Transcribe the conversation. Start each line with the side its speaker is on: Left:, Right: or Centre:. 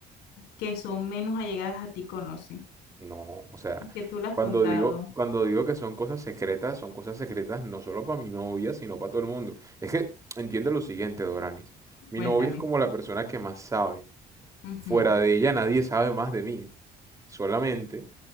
Left: que son menos allegadas a ti conocen
Right: no, o sea,
Left: y que tú las has
Right: cuando
Left: contado.
Right: digo, cuando digo que son cosas secretas, son cosas secretas no solo para mi novia, sino para todo el mundo. Es que entiende lo siguiente, Doranis. Mi
Left: Cuéntame.
Right: novia es como la persona que más sabe.
Left: Ujú.
Right: Fuera de ella nadie sabe más de mí. Solamente